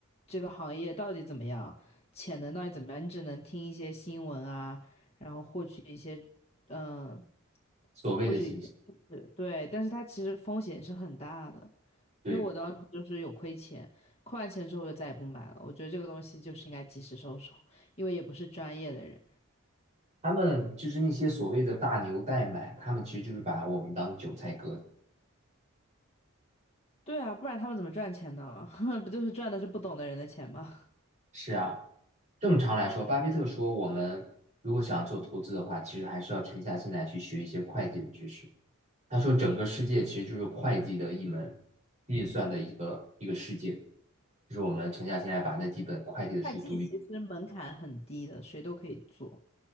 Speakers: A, on the left (about 30°); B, on the right (about 35°).
A: 这个行业到底怎么样，潜能到底怎么样，你只能听一些新闻啊，然后获取一些嗯。呃
B: 所谓的信息，
A: 获取是对，但是它其实风险是很大的，
B: 对，
A: 因为我当时就是有亏钱，亏完钱之后我就再也不买了。我觉得这个东西就是应该及时收手，因为也不是专业的人。
B: 他们就是那些所谓的大牛代买，他们其实就是把我们当韭菜割的。
A: 对啊，不然他们怎么赚钱呢？<laughs> 不就是赚的是不懂的人的钱吗？
B: 是啊，正常来说，巴菲特说，我们如果想做投资的话，其实还是要沉下心来去学一些会计的知识。他说，整个世界其实就是会计的一门运算的一个一个世界，就是我们沉下心来把那几本会计的书读一
A: 会计其实门槛很低的，谁都可以做。